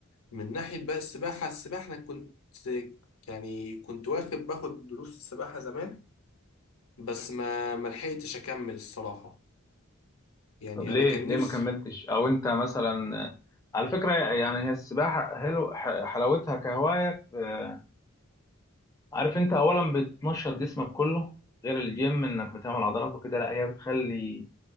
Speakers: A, on the left; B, on the left.
A: من ناحية بقى السباحة السباحة انا كنت يعني كنت واخد باخد دروس السباحة زمان بس ما ما لحقتش اكمل الصراحة يعني
B: طب ليه
A: انا كان
B: ليه
A: نفسي
B: ما كملتش او انت مثلا على فكره يعني هي السباحه حلو ح- حلاوتها كهوايه في- عارف انت اولا بتنشط جسمك كله غير الجيم انك بتعمل عضلات وكده لا هي بتخلي